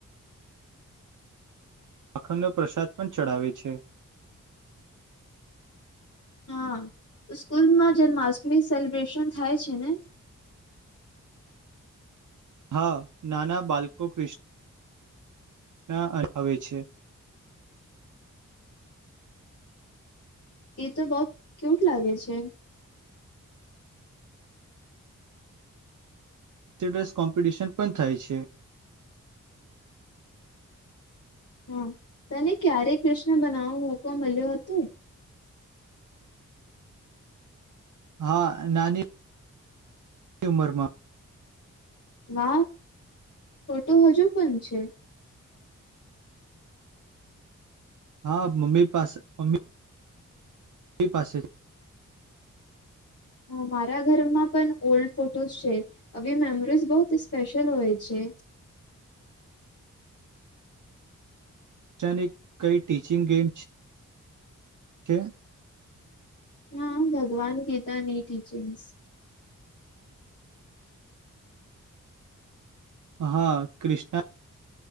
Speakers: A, on the right (about 70°); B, on the left (about 50°).
A: અખંડો પ્રસાદ પણ ચડાવે છે.
B: હા, સ્કૂલમાં જન્માષ્ટમી સેલિબ્રેશન થાય છે ને?
A: હા નાના બાળકો કૃષ્ણ કૃષ્ણ અવે છે.
B: એ તો બહ ક્યુટ લાગે છે.
A: ડ્રેસ કોમ્પિટિશન પણ થાય છે.
B: હા, તને ક્યારે કૃષ્ણ બનાવવાનો મોકો મળ્યો હતો?
A: હા નાની એની ઉંમરમાં.
B: વાહ, ફોટો હજુ પણ છે.
A: હા મમ્મી પાસે મમ્મી એ પાસે છે.
B: હ મારા ઘરમાં પણ ઓલ્ડ ફોટોસ છે, આવી મેમરીઝ બહ સ્પેશિયલ હોય છે.
A: <unintelligible>
B: હા ભગવાન ગીતાની ટીચિંગ્સ.
A: હા કૃષ્ણ